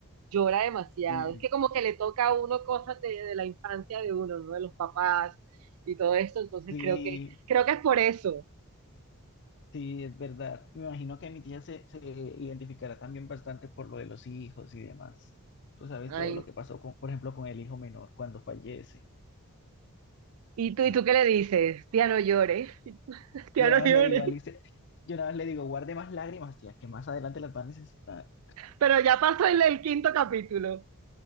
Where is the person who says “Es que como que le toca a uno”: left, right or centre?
Right